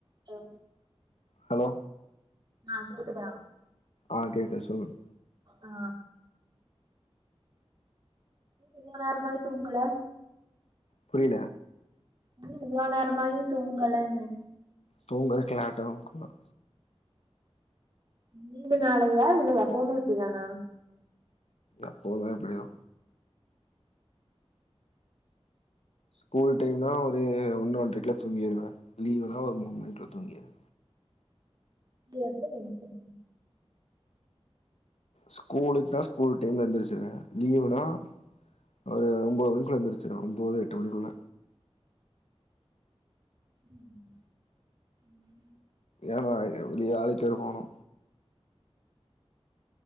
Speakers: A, on the right (about 40°); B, on the left (about 80°).
A: Hello
B: hello
A: ஆ கேக்குதா
B: ஆ கேக்குது சொல்லுங்
A: ஆ இவ்ளோ நேரமாயி தூங்கல
B: புரில
A: இன்னு இவ்ளோ நேரமாயு தூங்கலன
B: தூங்கல் <unintelligible>
A: நீங்க நாலயா இல்ல எப்போமே இப்டிதானா
B: எப்போமே இப்படி தா ஸ்கூல் டைம்னா ஒரு ஒன்னு ஒன்ட்ரைக்குல தூங்கிருவ லீவ்னா ஒரு மூண் மணிக்ல தூங்கிருவ
A: எப்ப எத்திப்பீங்க
B: ஸ்கூலுன்ச்னா ஸ்கூல் டைம்ல எந்துர்ச்சுர்வ லீவுனா ஒரு ஒம்போது மணிக்குள்ள எந்திருச்சுர்வ ஒம்போது எட்டு மணிக்குள்ள
A: ம் ம்
B: ஏமா வெளிய ஆலைக்கர போவ்ணு